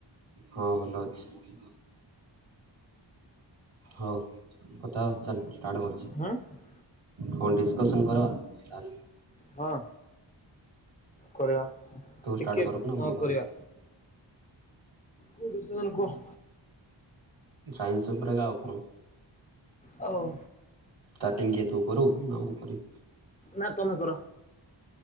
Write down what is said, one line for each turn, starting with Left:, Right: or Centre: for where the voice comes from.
Right: ହଁ ଭଲ ଅଛି। ହଉ କଥା ଚାଲ ଷ୍ଟାର୍ଟ କରଛି।
Left: ହଁ <unintelligible>
Right: କଣ ଡିସକସନ କର ତାହେଲେ
Left: ହଁ। କରିବା
Right: ତୁ
Left: ଟିକେ
Right: ଷ୍ଟାର୍ଟ କରିବୁ ନା
Left: ହଁ
Right: ମୁଁ କରିବି
Left: କରିବା କୋ <unintelligible> କୁହ।
Right: ସାଇନ୍ସ ଉପରେ ଆଉ କଣ?
Left: ହଉ।
Right: ଟାଟିଙ୍ଗ କିଏ ତୁ କରୁ ନା ମୁଁ କରିବି।
Left: ନାଁ ତମେ କର।